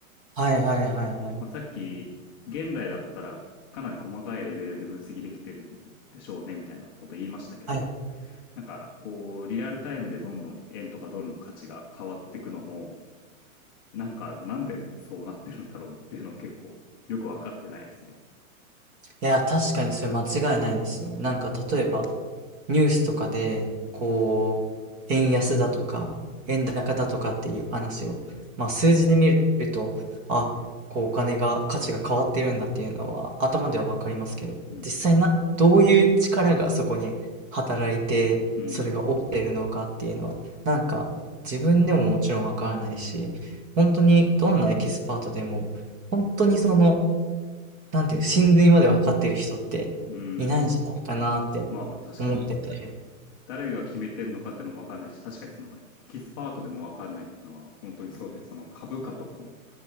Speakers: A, on the right (about 20°); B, on the left (about 15°).
A: はいはいはいはい。
B: まあ、さっき、現代だったらかなり細かいレベルで分析できてるんでしょうねみたいなこと言いましたけど、
A: はい。
B: なんかこう、リアルタイムでどんどん円とかドルの価値が変わっていくのも、なんかなんでそうなってるんだろうっていうのは結構よくわかってないですね。
A: いや、確かにそれ間違いないですよ。なんか例えばニュースとかで、こう、円安だとか、円高だとかっていう話を、まあ数字で見ると、あ、こうお金が、価値が変わってるんだっていうのは頭ではわかりますけど、
B: うん。
A: 実際な、どういう力がそこに働いて、
B: うん。
A: それが起きてるのかっていうのは、なんか自分でももちろんわからないし、本当にどんなエキスパートでも、本当にその、なんていう、真髄までわかってる人っていないんじゃないかなって
B: うん。まあ確かに。
A: 思ってて。
B: 誰が決めてんのかってのもわかんないし、確かにそのエキスパートでもわかんないっていうのは本当にそうで、その株価とかも